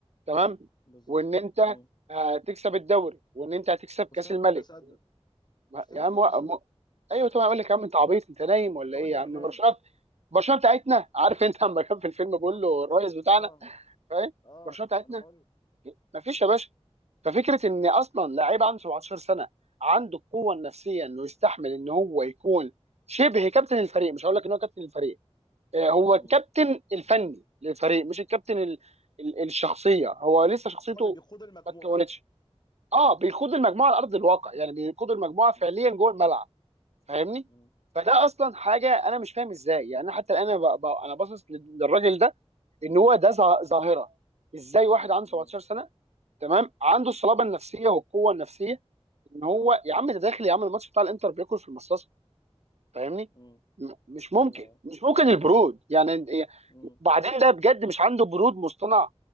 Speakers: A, on the right; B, on the left.
A: تمام
B: بالظبط
A: وان انت
B: امم
A: هتكسب الدوري وان انت هتكسب كاس
B: مستحيل
A: الملك
B: كنت اصدق
A: ما-
B: مستحيل
A: يا عم
B: كنت
A: وق-
B: اصدق
A: م...
B: مستحيل
A: ايوه طبعا اقول لك يا عم انت عبيط انت نايم
B: كنت
A: ولا
B: اقول
A: ايه
B: ده
A: يا
B: جنان
A: عم برشلونه برشلونه بتاعتنا عارف انت لما كان في الفيلم
B: بالظبط
A: بيقول له الرئيس بتاعنا
B: اه
A: فاهم
B: اه
A: برشلونه بتاعتنا
B: وانا بقول لك
A: مفيش
B: مم.
A: يا باشا ففكره ان اصلا لعيب عنده 17 سنه عنده القوه النفسيه انه يستحمل ان هو يكون شبه كابتن الفريق مش هقول لك ان هو كابتن الفريق آه، هو
B: مم.
A: الكابتن الفني للفريق مش الكابتن ال... ال... الشخصيه هو لسه شخصيته
B: اللي هو اللي بيقود المجموعه
A: ما اتكونتش اه بيقود المجموعه على ارض الواقع يعني بيقود المجموعه فعليا
B: مم.
A: جوه الملعب فاهمني
B: مم.
A: فده اصلا حاجه انا مش فاهم ازاي يعني حتى الان انا ب... ب... انا باصص للراجل ده ان هو ده ظا- ظاهره ازاي واحد عنده 17
B: مم.
A: سنه تمام عنده الصلابه
B: مم.
A: النفسيه والقوه النفسيه ان هو يا عم ده داخل يا عم الماتش بتاع الانتر بياكل في المصاصه فاهمني
B: مم.
A: م- مش ممكن
B: ايوه
A: مش ممكن البرود يعني
B: مم.
A: بعدين ده بجد مش عنده برود مصطنع